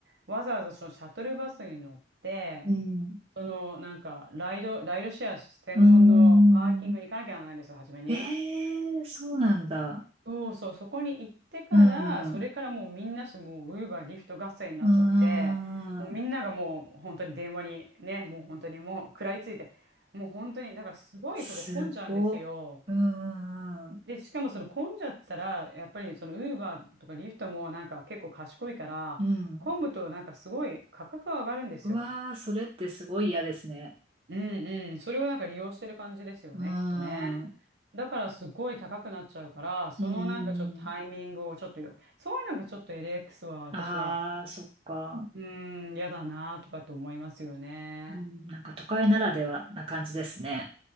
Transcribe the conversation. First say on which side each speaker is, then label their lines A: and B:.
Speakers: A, on the right; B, on the right.
A: わざわざそのシャトルバスに乗って、
B: うん、
A: その、なんか、ライド、ライドシェア専門のパーキングに行かなきゃならないんですよ、
B: うん。
A: 初めに。
B: ええー、そうなんだ。
A: そうそう、そこに行ってから、
B: うん、
A: それからもうみんなしもう、ウーバー、リフト合戦になっちゃって、
B: うん。
A: もうみんながもう本当に電話にね、もう本当にもう食らいついて、もう本当に、だからすごいそこ混んじゃうんですよ。
B: すごうん、うん。
A: で、しかもその混んじゃったら、やっぱりそのウーバーとかリフトもなんか結構賢いから、
B: うん
A: 混むとなんかすごい価格が上がるんですよ。
B: うわあ、それってすごい嫌ですね。
A: うんうん、それをなんか利用してる感じですよね、
B: うん、
A: きっとね。
B: うん、
A: だからすごい高くなっちゃうから、そのなんかちょっとタイミングをちょっとよ、
B: うんうん。
A: そういうのがちょっと LX は私は、
B: ああ、そっか。
A: うーん、嫌だなとかと思いますよね。
B: うん、なんか都会ならではな感じですね。